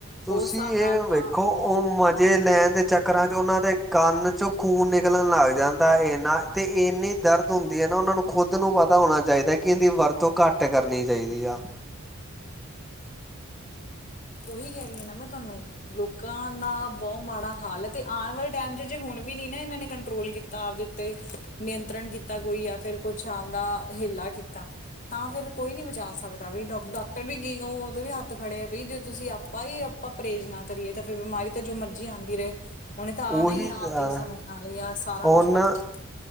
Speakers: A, in the centre; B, on the left (about 35°).
A: ਤੁਸੀਂ
B: ਉਸ ਹਿਸਾਬ ਨਾਲ
A: ਇਹ
B: ਤਾਂ
A: ਵੇਖੋ ਉਹ ਮਜ਼ੇ ਲੈਣ ਦੇ' ਚੱਕਰਾਂ ਚ ਉਹਨਾਂ ਦੇ ਕੰਨ 'ਚ ਖੂਨ ਨਿਕਲਣ ਲੱਗ ਜਾਂਦਾ। ਇਹਨਾਂ ਤੇ ਇੰਨੀ ਦਰਦ ਹੁੰਦੀ ਹੈ, ਨਾ ਉਹਨਾਂ ਨੂੰ ਖੁਦ ਨੂੰ ਪਤਾ ਹੋਣਾ ਚਾਹੀਦਾ ਕਿ ਇਹਦੀ ਵਰਤੋਂ ਘੱਟ ਕਰਨੀ ਚਾਹੀਦੀ ਆ,
B: ਉਹੀ ਕਹਿ ਰਹੀ ਹ ਨਾ ਮੈਂ ਤੁਹਾਨੂੰ ਲੋਕਾਂ ਦਾ ਬਹੁਤ ਮਾੜਾ ਹਾਲ ਹੈ। ਤੇ ਆਉਣ ਵਾਲੇ ਟਾਈਮ ਚ ਜੇ ਹੁਣ ਵੀ ਨਹੀ ਨਾ ਇਹਨਾਂ ਨੇ ਕੰਟਰੋਲ ਕੀਤਾ ਆਪਦੇ ਉੱਤੇ ਨਿਯੰਤਰਣ ਕੀਤਾ ਤਾ ਕੋਈ ਆ ਫਿਰ ਕੁਛ <unintelligible> ਦਾ ਹੇਲਾ ਕੀਤਾ। ਤਾਂ ਫਿਰ ਕੋਈ ਨੀ ਬਚਾ ਸਕਦਾ, ਵੀ ਡਾ ਡਾਕਟਰ ਵੀ ਕੀ ਕਹੁ ਉਹ ਉਹਦੇ ਵੀ ਹੱਥ ਖੜੇ ਹੈ ਬਈ ਜ ਤੁਸੀਂ ਆਪਾਂ ਹੀ ਆਪਾਂ ਪਰੇਜ਼ ਨਾ ਕਰੀਏ, ਤਾਂ ਫਿਰ ਬਿਮਾਰੀ ਤਾਂ ਜੇੜੀ ਮਰਜੀ ਆਉਂਦੀ ਰਹੇ। ਉਹਨੇ ਤਾਂ ਆਣਾ
A: ਉਹੀ
B: ਹੀ
A: ਅ
B: ਆਪਦੇ ਸਮੇਂ ਨਾਲ, ਯਾ ਸਾਰਾ
A: ਹੁਣ
B: ਕੁਛ ਕਰਨਗੇ।